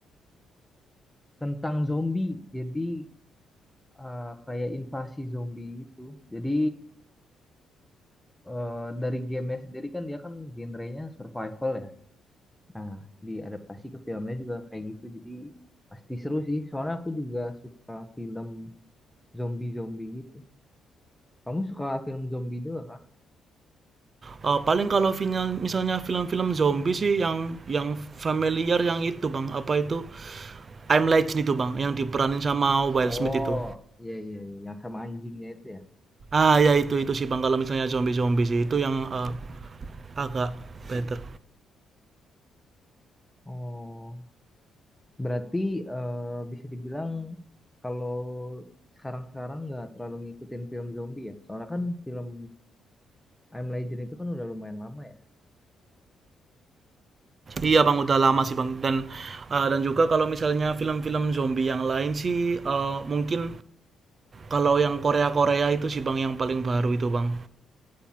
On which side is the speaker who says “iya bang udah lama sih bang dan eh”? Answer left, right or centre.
Right